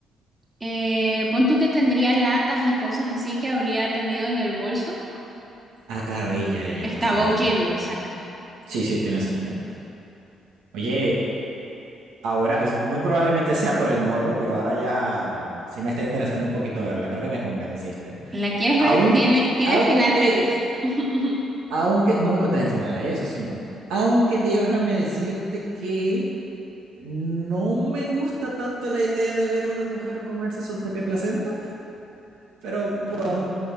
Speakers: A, on the right; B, on the right.
A: Eh, pon tú que tendría latas y cosas así que habría tenido en el bolso.
B: Ah, claro, ella, ella,
A: Estaba
B: por supuesto.
A: huyendo, exacto.
B: Sí, sí, tiene sentido. Oye, Ahora, es- muy probablemente sea por el morbo, pero ahora ya sí me está interesando un poquito verla. Creo que me convenciste.
A: ¿La quieres
B: Aún,
A: ver? Tiene, tiene
B: aunque,
A: final feliz. <laughs>
B: aunque, no me cuentes el final, ¿eh? Eso sí no. Aunque déjame decirte que no me gusta tanto la idea de ver a una mujer comerse su propia placenta, pero bu-